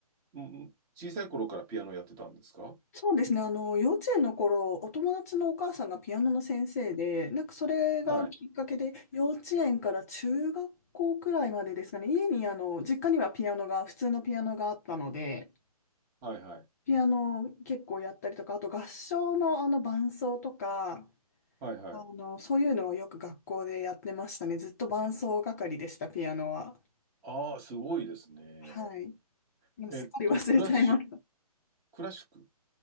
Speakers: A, on the right; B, on the left.
A: んん小さい頃からピアノやってたんですか
B: そうですね。あの、幼稚園の頃、お友達のお母さんがピアノの先生で、なんかそれがきっかけで、
A: はい。
B: 幼稚園から中学校くらいまでですかね。家に、あの、実家にはピアノが、普通のピアノがあったので、
A: はいはい。
B: ピアノを結構やったりとか、あと合唱のあの伴奏とか、
A: はいはい。
B: あの、そういうのはよく学校でやってましたね。ずっと伴奏係でした、ピアノは。
A: ああ、すごいですね。
B: はい。でもすっかり忘れちゃいま
A: えっと、クラシック、クラシック。